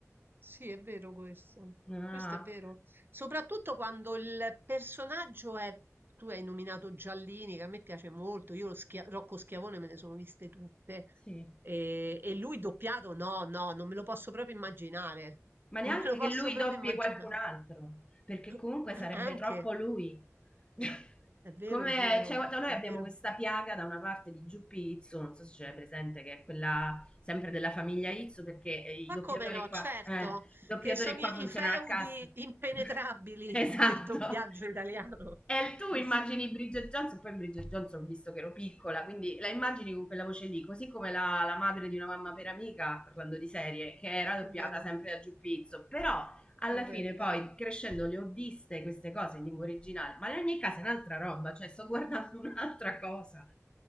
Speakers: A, on the right; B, on the left.
A: Sì, è vero questo.
B: Ah,
A: Questo è vero. Soprattutto quando il personaggio è... Tu hai nominato Giallini, che a me piace molto. Io lo Schia- Rocco Schiavone me ne sono viste tutte.
B: sì.
A: E, e lui doppiato, no, no, non me lo posso proprio immaginare.
B: ma neanche
A: Non me lo posso
B: che lui
A: proprio
B: doppi
A: immaginare.
B: qualcun altro, perché
A: <coughs>
B: comunque sarebbe
A: <laughs> Anche,
B: troppo lui. <laughs>
A: è vero,
B: Come
A: è vero,
B: cioè, noi
A: è
B: abbiamo
A: vero.
B: questa piaga da una parte di Giuppi Izzo, non so se ce l'hai presente, che è quella sempre della famiglia Izzo, perché eh, i
A: Ma
B: doppiatori
A: come no,
B: qua,
A: certo,
B: eh, il doppiatore
A: che sono
B: qua
A: i,
B: funziona
A: i feudi
B: a cast.
A: impenetrabili
B: <laughs> esatto.
A: del doppiaggio italiano. <laughs>
B: E tu
A: Sì,
B: immagini
A: sì,
B: Bridget Johnson, poi Bridget Johnson ho visto che ero piccola, quindi la immagini con quella voce lì, così come la, la madre di una mamma per amica, parlando di serie, che era doppiata
A: È vero,
B: sempre da Giuppizzo, però alla
A: è vero,
B: fine
A: è vero.
B: poi crescendo le ho viste queste cose in lingua originale, ma in ogni caso è un'altra roba, cioè sto guardando <laughs> un'altra cosa.